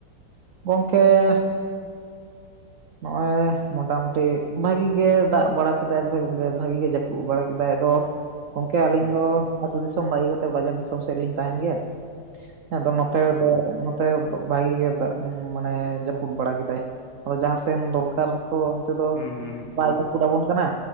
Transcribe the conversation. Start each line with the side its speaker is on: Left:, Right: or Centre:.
Right: ᱜᱚᱝ-ᱠᱮᱻ ᱾ ᱱᱚᱜᱼ ᱚᱚᱭ ᱢᱚᱴᱟᱢᱩᱴᱤ ᱵᱷᱟᱜᱤ ᱜᱮ ᱫᱟᱜ ᱵᱟᱲᱟ ᱠᱮᱫᱟᱭ ᱵᱮ-ᱵᱟ ᱵᱷᱟᱜᱤ ᱜᱮ ᱡᱟᱹᱯᱩᱫ ᱵᱟᱲᱟ ᱠᱮᱫᱟᱭ ᱟᱫᱚ ᱜᱚᱢᱠᱮ ᱟᱹᱞᱤᱧ
Left: ᱦᱩᱸ
Right: ᱫᱚ ᱟᱹᱛᱩ ᱫᱤᱥᱚᱢ ᱵᱟᱹᱜᱤ ᱠᱟᱛᱮ ᱵᱟᱡᱟᱨ ᱫᱤᱥᱚᱢ ᱥᱮᱫ ᱞᱤᱧ ᱛᱟᱦᱮᱱ ᱜᱮᱭᱟ ᱾ ᱴᱷᱮᱭᱚᱜ, ᱟᱫᱚ
Left: ᱚ
Right: ᱱᱚᱛᱮ ᱨᱮᱠᱚ ᱱᱚᱛ ᱛᱮ ᱵᱷᱟᱜᱤ ᱜᱮ ᱫᱟᱜ ᱢᱟᱱᱮ ᱡᱟᱹᱯᱩᱫ ᱵᱟᱲᱟ ᱠᱮᱫᱟᱭ ᱟᱫᱚ ᱡᱟᱦᱟᱸᱥᱮᱱ ᱫᱚᱨᱠᱟᱨ ᱛᱚ ᱛᱮ ᱫᱚ
Left: ᱦᱩᱸ ᱦᱩᱸ ᱦᱩᱸ
Right: ᱵᱟᱭ ᱡᱟᱹᱯᱤᱫ ᱟᱵᱚᱱ ᱠᱟᱱᱟ